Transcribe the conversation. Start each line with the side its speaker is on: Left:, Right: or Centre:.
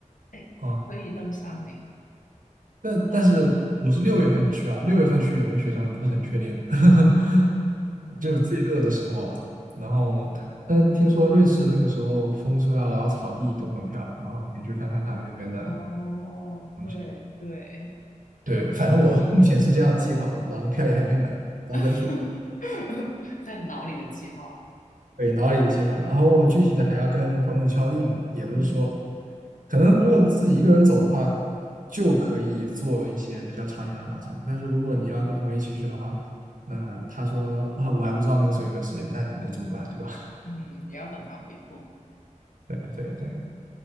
Left: 哎，
Right: 啊，
Left: 可以登山呢。
Right: 但但是我是六月份去啊，
Left: 啊，呃
Right: 六月份去有没有雪山我不是很确定，<laughs>
Left: 哦
Right: 就是最热的时候啊。然后他，
Left: 哦
Right: 但听说瑞士那个时候风车啊，然后草地都很漂亮，然后可以去看看他们那边的
Left: 哦，
Right: 风景。
Left: 对对，
Right: 对，反正我目前是这样计划的，
Left: 有有
Right: 然后票也还没买，到时候再说。
Left: <laughs> 在脑里的计划。
Right: 对，脑里的计划，然后具体的还要跟朋友敲定嘛，也不是说，
Left: 嗯
Right: 可能如果自己一个人走的话，就可以做一些比较长远的打算，但是如果你要跟朋友一起去的话，
Left: 嗯
Right: 那他说哇，我还不知道那个时候有没有时间，那你能怎么办，对吧？
Left: 嗯，也要等他回复。
Right: <laughs> 对对对，